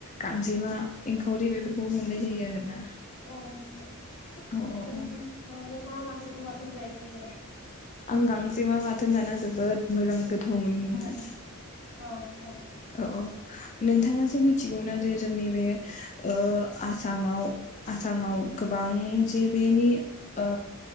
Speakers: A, on the left; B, on the left.
A: गांजेमा एंखावरि बेफोरखौबो मोननाय जायो आरोना।
B: औ ओहो। <unintelligible>
A: औ औ औ आं गांजेमा बाथोन जानो जोबोद मोजां गोथाव मोनो नोंथां।
B: औ औ नोंथां
A: औ औ नोंथाङा जे मिथिगौ ना जे जोंनि बे ओ आसामाव आसामाव गोबां जे बेनि ओ